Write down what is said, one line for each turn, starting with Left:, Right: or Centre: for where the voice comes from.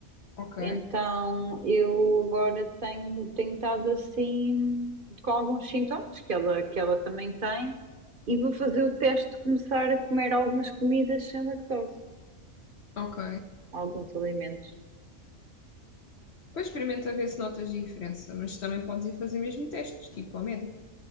Left: Ok,
Right: então eu agora tenho tentado assim com alguns sintomas que ela, que ela também tem e vou fazer o teste de começar a comer algumas comidas sem lactose,
Left: ok.
Right: alguns alimentos.
Left: Depois experimenta ver se notas diferença, mas também podes ir fazer mesmo testes, tipo ao médico.